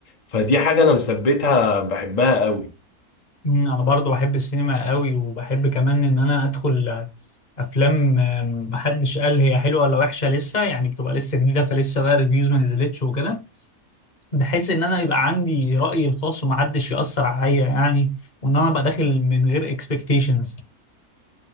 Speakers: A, on the left (about 70°); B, on the left (about 40°).
A: فدي حاجة انا مثبتها بحبها قوي
B: مم، انا برضو بحب السينما قوي وبحب كمان ان انا ادخل افلام آم، محدش قال هي حلوه ولا وحشه لسه يعني بتبقى لسه جديده فلسه بقى ريفيوز ما نزلتش وكده بحس ان انا يبقى عندي رايي الخاص ومحدش ياثر عليا يعني وان انا ابقى داخل من غير expectations